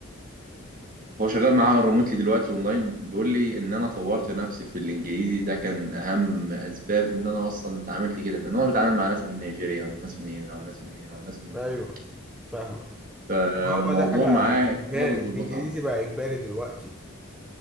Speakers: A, on the right; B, in the centre.
A: هو شغال معاها ريموتلي دلوقتي اونلاين بيقول لي ان انا طورت نفسي في الانجليزي ده كان اهم اسباب ان انا اصلا اتعاملت كده لان هو بيتعامل مع ناس من نيجيريا وناس من هنا وناس من هنا وناس من
B: أيوه
A: هنا
B: فاهمك
A: فالموضوع
B: هو ده حاجة
A: معاه
B: إجباري
A: هو ده اللي
B: الإنجليزي
A: ظبطها
B: بقى إجباري دلوقتي